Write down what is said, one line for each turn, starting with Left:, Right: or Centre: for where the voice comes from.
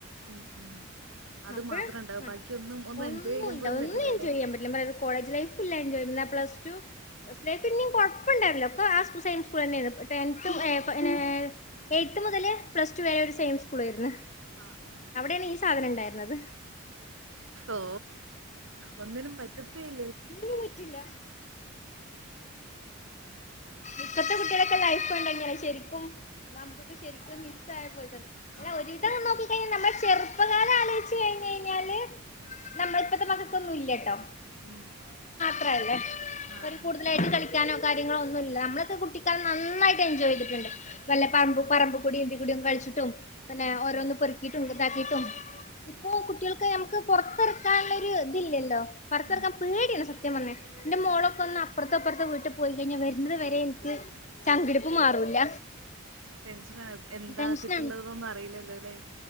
Right: ഉം ഉം അത്
Left: അപ്പഴ്
Right: മാത്രം ഉണ്ടാവ ബാക്കി ഇതൊന്നും ഒന്നും
Left: ഒന്നുമില്ല.
Right: എൻജോയ് ചെയ്യാൻ പോലും
Left: ഒന്നും
Right: പറ്റീലാല്ലേ
Left: എൻജോയ് ചെയ്യാൻ പറ്റില്ല. ഞാൻ പറയാ കോളേജ് ലൈഫല്ലാ എൻജോയ് ചെയ്യാതിരുന്നെ പ്ലസ്ടു പ്ലസ്ടു ലൈഫ് പിന്നേം കൊഴപ്പണ്ടായിരുന്നില്ല ഒക്കെ ആ സെയിം സ്കൂൾ തന്നെയാരുന്നു ടെൻത്തും ഏ ഏ എയ്ത്ത് മുതല് പ്ലസ്ടു വരെ ഒരു സെയിം സ്കൂൾ ആയിരുന്നു
Right: ആഹ് ആഹ്
Left: അവിടെയാണ് ഈ സാധനം ഇണ്ടായിരുന്നത്
Right: ഓ ഒന്നിനും പറ്റത്തേയി
Left: ഒന്നിനും പറ്റില്ല ഇപ്പത്തെ കുട്ടികളൊക്കെ ലൈഫ് കണ്ടെഴിഞ്ഞാലെ ശരിക്കും നമുക്കൊക്കെ ശരിക്കും മിസ് ആയ പോല അല്ല
Right: ആഹ്
Left: ഒരു വിധം നോക്കി ഇപ്പയിന് നമ്മളെ ചെറുപ്പകാലം ആലോചിച്ച് കഴിഞ്ഞ് കഴിഞ്ഞാല് നമ്മള ഇപ്പത്തെ മക്കക്കൊന്നും ഇല്ലാട്ടോ
Right: ഉം
Left: ത്രല്ലേ
Right: ആഹ്
Left: അവര് കൂടുതലായിട്ട് കളിക് കളിക്കാനോ കാര്യങ്ങളോ ഒന്നുല്ല നമ്മളൊക്കെ കുട്ടിക്കാലം നന്നായിട്ട് എൻജോയ് ചെയ്തിട്ടുണ്ട്, വല്ല പറമ്പ് പറമ്പ് കൂടിയും എന്തി കൂടിയും കളിച്ചിട്ടും പിന്നെ
Right: ഉം
Left: ഓരോന്ന്
Right: ഉം
Left: പെറുക്കീട്ടും ഇതാക്കിട്ടും ഇപ്പൊ കുട്ടികൾക്ക് ഞമ്മക്ക് പൊറത്തിറക്കാനുള്ള ഒരു ഇതില്യ ല്ലോ പൊറത്തെറക്കാൻ
Right: ഉം
Left: പേടിയാണ് സത് സത്യം പറഞ്ഞ എന്റെ മോളൊക്കെ ഒന്ന് അപ്പുറത്തോ ഇപ്പർത്തോ വീട്ടിൽ പോയി കഴിഞ്ഞാ വരുന്നത് വരെ എനിക്ക് ചങ്കിടിപ്പ് മാറൂല്ല
Right: ടെൻഷനാണ് എന്താ
Left: ടെൻഷനാണ്
Right: ചുറ്റുള്ളതൊന്നും അറിയില്ലല്ലോലെ